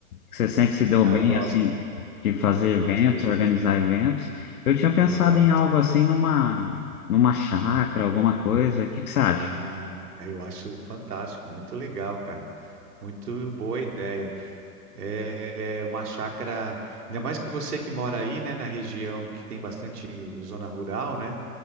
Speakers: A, on the left; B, on the right.
A: que você sempre se deu
B: Ah,
A: bem,
B: eu gosto.
A: assim, de fazer
B: Eu gosto
A: eventos,
B: de evento.
A: organizar eventos. Eu tinha pensado
B: Sim, eu gosto.
A: em algo assim, numa, numa chácara, alguma coisa. O que que você acha?
B: Ah, é, eu acho fantástico. Muito legal, cara. Muito boa ideia. É uma chácara, ainda mais que você que mora aí, né, na região que tem bastante zona rural, né?